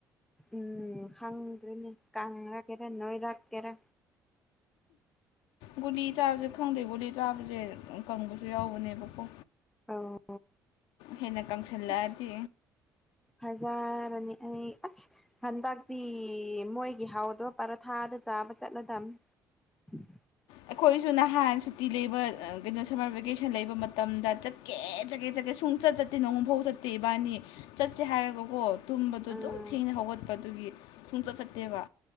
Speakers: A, in the centre; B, on the left (about 80°).
A: ꯎꯝ ꯈꯪꯗ꯭ꯔꯅꯦ ꯀ꯭ꯔꯥ ꯀꯦꯔ ꯅꯣꯏꯔꯥꯛ ꯀꯦꯔꯥ
B: ꯒꯨꯂꯤ ꯆꯥꯕꯁꯦ ꯈꯪꯗꯦ ꯒꯨꯂꯤ ꯆꯥꯕꯁꯦ ꯀꯪꯕꯁꯨ ꯌꯥꯎꯕꯅꯦꯕꯀꯣ
A: ꯑꯣ
B: ꯍꯦꯟꯅ ꯀꯪꯁꯜꯂꯛꯑꯗꯤ
A: ꯑ ꯍꯖ ꯅꯤ ꯑꯩ ꯑꯁ ꯍꯟꯗꯛꯇꯤ ꯃꯣꯏꯒꯤ ꯍꯥꯎꯗꯣ ꯄꯔꯊꯥꯗ ꯆꯥꯕ ꯆꯠꯂꯗꯝꯕꯅꯤ ꯎꯝ
B: ꯑꯩꯈꯣꯏꯁꯨ ꯅꯍꯥꯟ ꯁꯨꯇꯤ ꯂꯩꯕ ꯀꯩꯅꯣ ꯁꯝꯃꯔ ꯚꯦꯀꯦꯁꯟ ꯂꯩꯕ ꯃꯇꯝꯗ ꯆꯀꯦ ꯆꯠꯀꯦ ꯁꯨꯡ ꯆꯠ ꯆꯠꯇꯦ ꯅꯣꯡꯉꯨꯐꯥꯎ ꯆꯠꯇꯦ ꯏꯕꯥꯅꯤ ꯆꯠꯁꯦ ꯍꯥꯏꯔꯒ ꯇꯨꯝꯕꯗꯣ
A: ꯑꯥ
B: ꯑꯗꯨꯝ ꯊꯦꯡꯅ ꯍꯧꯒꯠꯄꯗꯨꯒꯤ ꯈꯣꯡꯆꯠ ꯆꯠꯇꯦꯕ